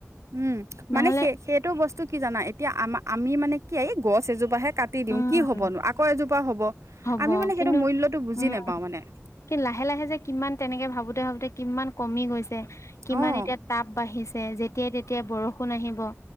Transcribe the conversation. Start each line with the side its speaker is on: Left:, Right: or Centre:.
Right: উম
Left: নহ'লে
Right: মানে সেই সেইটো বস্তু কি জানা, এতিয়া আম-আমি মানে কি এই গছ এজোপাহে কাট দিওঁ
Left: উম
Right: কি হ'বনো, আকৌ এজোপা হ'ব।
Left: হ'ব
Right: আমি মানে
Left: কিন্তু
Right: সেইটো মূল্যটো বুজি
Left: উম
Right: নেপাওঁ মানে।
Left: কি লাহে লাহে যে কিমান তেনেকে ভাবোঁতে ভাবোঁতে কিমান কমি গৈছে, কিমান
Right: অ
Left: এতিয়া তাপ বাঢ়িছে। ছে যেতিয়াই তেতিয়া বৰষুণ আহিব,